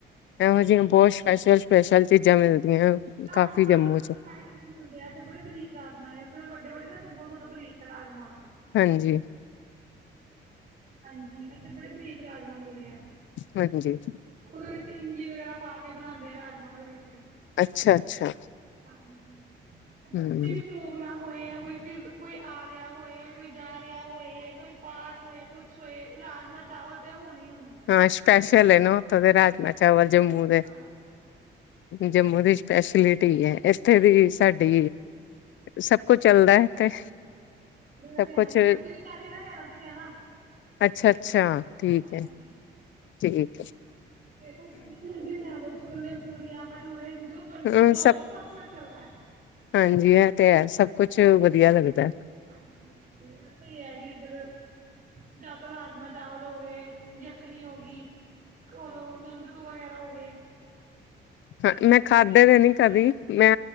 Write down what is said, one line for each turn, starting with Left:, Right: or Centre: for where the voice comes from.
Left: ਇਹੋ ਜਿਹੀਆਂ ਬਹੁਤ <unintelligible> <unintelligible> ਮਿਲਦੀਆਂ
Right: ਰਾਜਮਾ
Left: ਕਾਫ਼ੀ ਜੰਮੂ
Right: ਵੀ
Left: ਚ
Right: ਉਸ ਸਾਈਡ ਨਹੀ ਮਿਲਦੇ, ਅਥੇ ਬੜੇ ਬਰੀਕ ਰਾਜਮਾ ਉਥੇ ਥੋੜੇ ਵਡ ਵੱਡੇ ਵੱਡੇ ਨੇ ਤੇ ਬਹੁਤ ਜ਼ਿਆਦਾ ਬਰੀਕ ਰਾਜਮਾਂ
Left: ਹਾਂਜੀ
Right: ਹਾਂਜੀ ਏਥੇ ਬੜੇ ਬਰੀਕ ਰਾਜਮਾਂ ਮਿਲਦੇ ਆ।
Left: ਵਾਹਿਗੁਰੂ ਜੀ।
Right: ਉਰੇ ਵਿੱਚ ਇਮਲੀ ਵਗੈਰਾ ਪਾ ਕੇ ਬਣਾਂਦੇ ਆ। ਰਾਜਮਾਂ ਉਹਦੇ ਵਿੱਚ
Left: ਅੱਛਾ -ਅੱਛਾ
Right: ਹਾਂਜੀ ਇੱਧਰ
Left: ਹਮ
Right: ਕੋਈ ਵੀ ਪ੍ਰੋਗਰਾਮ ਮੋਇਆ ਕੋਈ ਕਿਜ ਕੋਈ ਆ ਰਿਹਾ ਹੋਏ, ਕੋਈ ਜਾ ਰਿਹਾ ਹੋਏ, ਕੋਈ ਪਾਠ ਹੋਏ, ਕੁਛ ਹੋਏ ਰਾਜਮਾਂ ਚਾਵਲ ਤੇ ਹੋਣੇ ਹੀ ਹੋਣ
Left: ਹਾਂ ਸਪੈਸ਼ਲ ਏਨਾ, ਉਥੋਂ ਦੇ ਰਾਜ ਚਾਵਲ ਜੰਮੂ ਦੇ
Right: ਹਾਂ
Left: ਜੰਮੂ ਦੀ ਸਪੈਸ਼ਲਿਟੀ ਹੈ ਇੱਥੇ ਦੀ ਸਾਡੀ ਸਭ ਕੁਛ ਚੱਲਦਾ ਹੈ ਤੇ ਸਭ
Right: ਹਰਿਆਣਾ
Left: ਕੁਛ
Right: ਕਿਉਂਕਿ ਮੈਂ ਵੀ ਹਰਿਆਣਾ ਤੋਂ ਹੀਈ ਆ ਨਾ
Left: ਅੱਛਾ ਅੱਛਾ ਠੀਕ
Right: ਹਾਂਜੀ
Left: ਹੈ ਠੀਕ
Right: ਤੇ ਉਹ ਮਰਜੀ ਬਣਾ ਲੋੋ ਛੋਲੇ ਪੂੜੀਆਂ ਭਟੂਰੇ ਜੋ ਮਰਜ਼ੀ
Left: ਹੈ ਹਮ
Right: ਹਾਂ ਸਭ ਕੁਛ ਚੱਲਦਾਹਾ ਹੈ
Left: ਹਾਂਜੀ ਇਹ ਤੇ ਹੈ ਸਭ ਕੁਛ ਵਧੀਆ ਲੱਗਦਾ
Right: ਹਾਂਜੀ ਹਾਂਜੀ ਇਥ ਹੈ ਕਿ ਇਧਰ ਜਿਆਤਰ ਰਾਜਮਾਂ ਚਾਵਲ ਹੋ ਗਏ ਜਖਣੀ ਹੋ ਗ ਰ ਨਿੰਦੜੂ ਵਗੈਰਾ ਹੋ ਗਏ
Left: ਹ ਮੈਂ ਖਾਧੇ ਦੇ ਨ ਕਦੀ ਮੈਂ